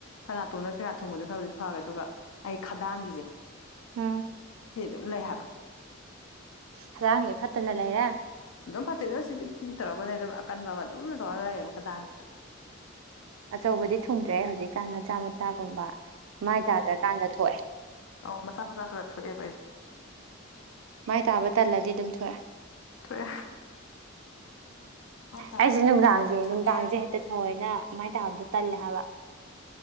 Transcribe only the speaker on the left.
ꯈꯔ ꯅꯥꯇꯣꯡꯅ ꯀꯌꯥ ꯊꯣꯡꯕꯗꯣ ꯈꯔꯕꯨꯗꯤ ꯐ ꯑꯗꯨꯒ ꯑꯩ ꯈꯗꯥꯡꯒꯤꯁꯦ
ꯁꯤꯗꯤ ꯑꯗꯨꯝ ꯂꯩ ꯍꯥꯏꯕ
ꯑꯗꯨꯝ ꯐꯠꯇꯦꯗꯣ ꯁꯤ ꯄꯤꯗꯤ ꯄꯤꯗꯤꯛ ꯇꯧꯔꯛꯒꯅꯦ ꯑꯗꯨꯝ ꯑꯀꯟꯕ ꯑꯃ ꯑꯗꯨꯝ ꯇꯧꯔꯒ ꯂꯩꯌꯦꯦꯕ ꯈꯨꯊꯥꯡꯁꯤꯁꯨ
ꯑ ꯃꯁꯥ ꯃꯆꯥꯥ ꯈ ꯊ ꯄꯥꯏꯦ
ꯊꯣꯛꯑꯦ ꯃꯥꯏ ꯇꯥꯕ
ꯇꯜꯂꯗꯤ
ꯑꯗꯨꯝ
ꯊꯣꯛꯑꯦ